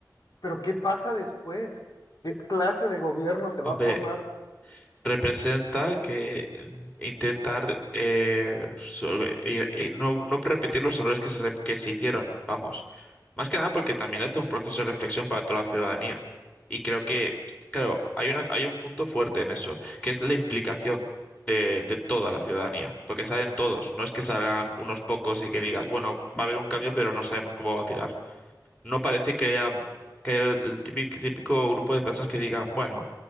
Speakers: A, on the left (about 60°); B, on the left (about 15°).
A: pero ¿qué pasa después? ¿Qué clase de gobierno se va
B: hombre,
A: a formar?
B: representa que intentar eh, solve- y- y no, no repetir los errores que se, re- que se hicieron, vamos. Más que nada porque también hace un proceso de reflexión para toda la ciudadanía. Y creo que, claro, hay una, hay un punto fuerte en eso, que es la implicación. eh, de toda la ciudadanía, porque salen todos, no es que salgan unos pocos y que digas, bueno, va a haber un cambio, pero no sabemos cómo va a tirar. No parece que haya, que haya el típico, típico grupo de personas que diga, bueno,